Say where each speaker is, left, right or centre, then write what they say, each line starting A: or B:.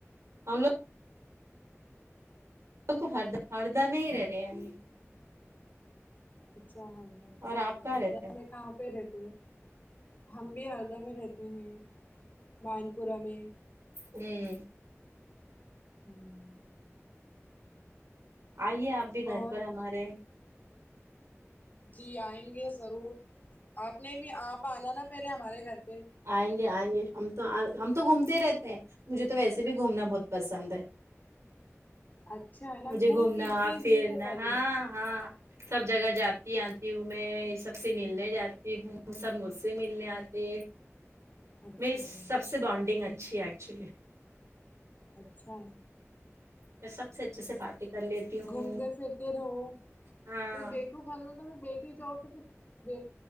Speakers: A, on the right (about 70°); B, on the left (about 35°).
A: ہم لوگ کو ہرد ہردا میں ہی رہ رہےابھی
B: اچھا ہردو میں
A: اور
B: رہتے
A: آپ
B: ہو
A: کہاں
B: ہردہ
A: رہتے ہیں
B: میں کہاں پہ رہتے ہو ہم بھی ہردہ میں رہتے ہیں مان پورہ میں
A: امم
B: امم
A: آئیے آپ بھی گھر
B: اور
A: پر ہمارے
B: جی آئیں گے ضرور آپ نے بھی آپ آنا نا پہلے ہمارے گھر پہ
A: آئیں گے آئیں گے ہم تو ہم تو گھومتے ہی رہتے ہیں مجھے تو ویسے بھی گھومنا بہت پسند ہے
B: اچھا ہے نا
A: مجھے
B: گھوم
A: گھومنا
B: پھر کے
A: پھرنا
B: دل کو کر
A: ہاں
B: لو
A: ہاں سب جگہ جاتی آتی ہوں میں سب سے ملنے جاتی ہوں سب مجھ سے ملنے آتے
B: اچھا
A: میری
B: ہے،
A: سب سے بانڈنگ اچھی ہے ایکچولی
B: اچھا
A: میں سب سے اچھے سے باتیں کر لیتی ہوں
B: تم بے فکر ہو
A: ہاں
B: پھر بیٹو گھر میں تو بیٹے جاؤ تو پھر بیٹ